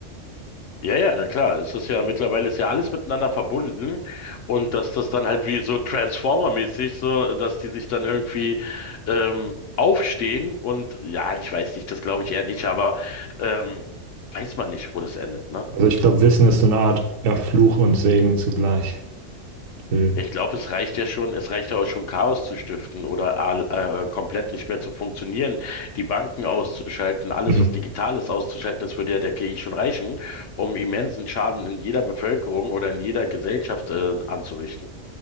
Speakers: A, on the left; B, on the right.
A: Ja, ja, na klar. Es ist ja mittlerweile ist ja alles miteinander verbunden und dass das dann halt wie so Transformer-mäßig so, dass die sich dann irgendwie ähm, aufstehen und ja, ich weiß nicht, das glaube ich eher nicht, aber ähm, weiß man nicht, wo das endet, ne?
B: Also ich glaube, Wissen ist so eine Art, ja, Fluch und Segen zugleich. Mhm.
A: Ich glaube, es reicht ja schon, es reicht ja auch schon, Chaos zu stiften oder al- äh, komplett nicht mehr zu funktionieren, die Banken auszuschalten, alles,
B: Mhm.
A: was digital ist, auszuschalten, das würde ja der KI schon reichen, um immensen Schaden in jeder Bevölkerung oder in jeder Gesellschaft äh, anzurichten.